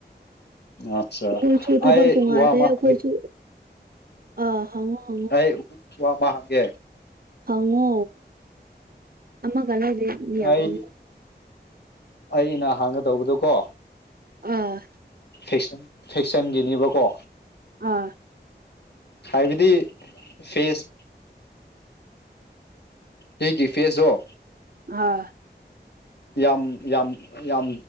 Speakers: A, on the left; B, on the right.
A: ꯑꯠꯆꯥ
B: ꯀꯣꯏꯁꯨꯨ ꯊꯕꯛ
A: ꯑꯩ
B: ꯇꯣ ꯉꯜꯂꯦ
A: ꯋꯥ ꯑꯃ ꯍꯪꯒꯦ
B: ꯀꯣꯏꯁꯨ ꯑ ꯍꯪꯉ‌ꯣ ꯍꯪꯉ‌ꯣ
A: ꯑꯩ ꯋꯥ ꯑꯃ ꯍꯪꯒꯦ
B: ꯍꯪꯉꯣ ꯑꯃꯒ ꯂꯩꯔ ꯌꯥꯝ
A: ꯑꯩ
B: ꯍꯪꯉꯣ
A: ꯑꯩꯅ ꯍꯥꯡꯒꯗꯧꯕꯗꯨꯣ ꯀꯣ
B: ꯑꯥ
A: ꯐ‌ꯦꯁꯟ ꯐꯦꯛꯁꯟꯒꯤꯅꯦꯕꯀꯣ
B: ꯑꯥ
A: ꯍꯥꯏꯕꯗꯤ ꯐꯦꯁ ꯍꯒꯤ ꯐꯦꯁꯁꯨꯣ
B: ꯍꯥꯥ
A: ꯌꯥꯝ ꯌꯥꯝ ꯌꯥꯝ